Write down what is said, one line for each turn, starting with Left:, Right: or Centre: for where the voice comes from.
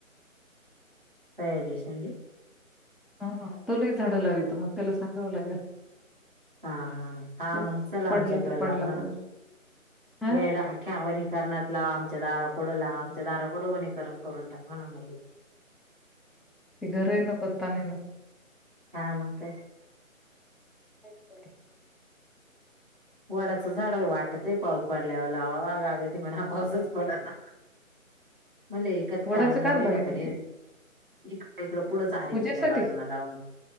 Right: तयारजशडी
Centre: हा तोलाही झाडं लावीितं मग त्याला सांगावं लागेल
Right: हा हा
Centre: त्याच्या
Right: मग चल आमच्या
Centre: पडला
Right: इकडे
Centre: तर पडला
Right: लाव ना
Centre: पाऊस. हां
Right: येड
Centre: ना,
Right: ख्या वनीकरणात लाव आमच्या दारापुढं लाव आमच्या दारापुढं वनीकरण करून टाकव ना म
Centre: ती घर आहे न कोणता नाही न
Right: हा मठ
Centre: अचछ
Right: वडाचं झाड वाटत आहे पाऊस पडल्यावरला अगाग ते पण हा पाऊसच पड ना म्हले एककत
Centre: वडाचं
Right: का अन्न वय
Centre: लावीती?
Right: ना पण ये इकड इकडं पुढंच हराायचं
Centre: पूजेसाठी?
Right: त्या बाजूना लावून